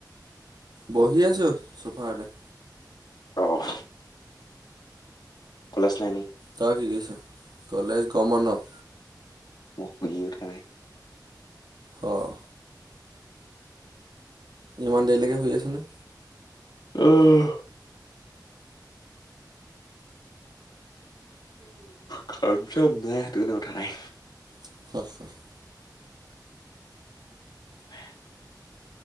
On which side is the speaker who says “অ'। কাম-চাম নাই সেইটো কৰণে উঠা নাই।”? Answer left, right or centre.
Left